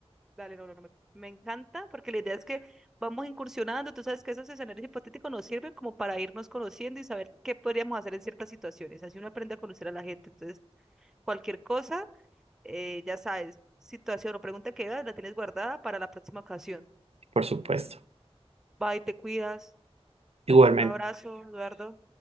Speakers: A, in the centre; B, on the right.
A: Dale, no, no, no, me, me encanta porque la idea es que vamos incursionando, tú sabes que esos escenarios hipotéticos nos sirven como para irnos conociendo y saber qué podríamos hacer en ciertas situaciones, así uno aprende a conocer a la gente, entonces cualquier cosa, eh, ya sabes, situación o pregunta que hagas, la tienes guardada para la próxima ocasión.
B: por supuesto.
A: Bye, te cuidas,
B: Igualmente.
A: un abrazo, Eduardo.